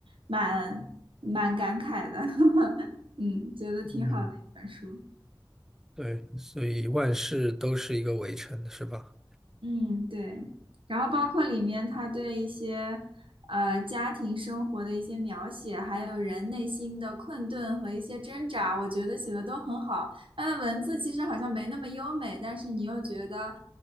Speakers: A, on the right; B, in the centre.
A: 蛮蛮感慨的，<laughs> 嗯，觉得挺好的一本书。
B: 嗯，对，所以万事都是一个围城，是吧？
A: 嗯，对，然后包括里面他对一些呃家庭生活的一些描写，还有人内心的困顿和一些挣扎，我觉得写的都很好。他的文字其实好像没那么优美，但是你又觉得，